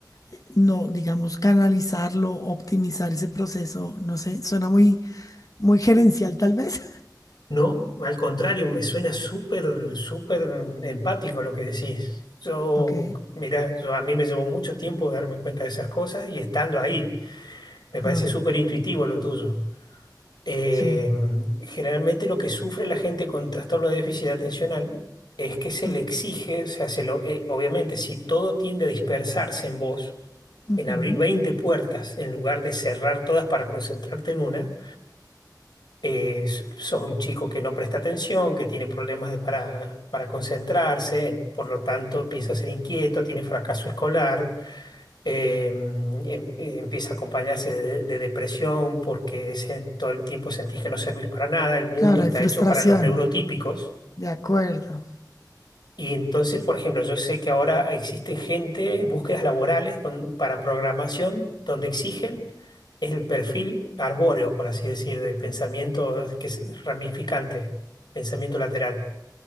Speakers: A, on the left; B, on the left.
A: eh, no, digamos, canalizarlo, optimizar ese proceso, no sé, suena muy, muy gerencial tal vez.
B: No, al contrario, me suena súper, súper empático lo que decís. Yo,
A: <laughs> Ok.
B: mira, yo, a mí me llevó mucho tiempo darme cuenta de esas cosas y estando ahí, me parece
A: Ah,
B: súper intuitivo lo tuyo. Eh,
A: sí.
B: generalmente lo que sufre la gente con trastorno de déficit atencional es que se
A: ah,
B: le exige, o sea, se lo, eh, obviamente si todo tiende a dispersarse en vos,
A: ujú.
B: en abrir 20 puertas en lugar de cerrar todas para concentrarte en una, es- sos un chico que no presta atención, que tiene problemas de- para, para concentrarse, por lo tanto empieza a ser inquieto, tiene fracaso escolar, eh, em- eh, empieza a acompañarse de, de depresión porque se- todo el tiempo sentís que no servís para nada, el mundo
A: Claro,
B: está
A: hay frustración.
B: hecho para los neurotípicos.
A: De acuerdo.
B: Y entonces, por ejemplo, yo sé que ahora existen gente, búsquedas laborales don- para programación, donde exigen el perfil arbóreo, por así decir, de pensamiento que es ramificante, pensamiento lateral.